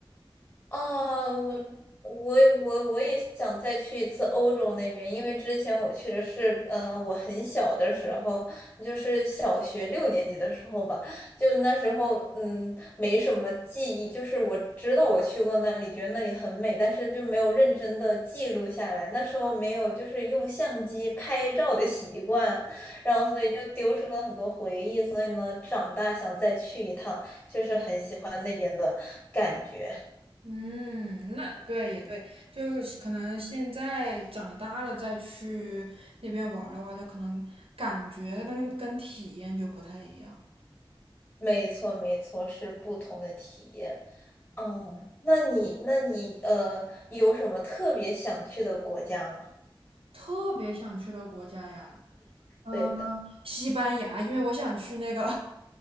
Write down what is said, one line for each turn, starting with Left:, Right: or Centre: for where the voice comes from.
Left: 啊，我我我我也想再去一次欧洲那边，因为之前我去的是，呃，我很小的时候，就是小学六年级的时候吧，就那时候，嗯，没什么记忆，就是我知道我去过那里，觉得那里很美，但是就没有认真的记录下来，那时候没有就是用相机拍照的习惯，然后所以就丢失了很多回忆，所以呢，长大想再去一趟，就是很喜欢那边的感觉。
Right: 嗯，那对也对，就是可能现在长大了再去那边玩儿的话，就可能感觉跟跟体验就不太一样。
Left: 没错，没错，是不同的体验。嗯，那你，那你，呃，有什么特别想去的国家吗？
Right: 特别想去的国家呀，嗯，
Left: 对的。
Right: 西班牙，因为我想去那个 <laughs>